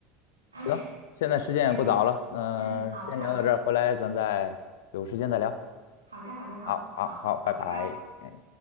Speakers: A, on the right (about 80°); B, on the left (about 60°).
A: 哎，
B: 行，现在时间也不早了，
A: 行，
B: 嗯、
A: 嗯，好的，
B: 先聊到这儿，
A: 好的，
B: 回来咱再有时间再聊。
A: 好的，好的，好，
B: 好，好，
A: 好，
B: 好，
A: 好，
B: 拜拜。
A: 拜拜。
B: 哎。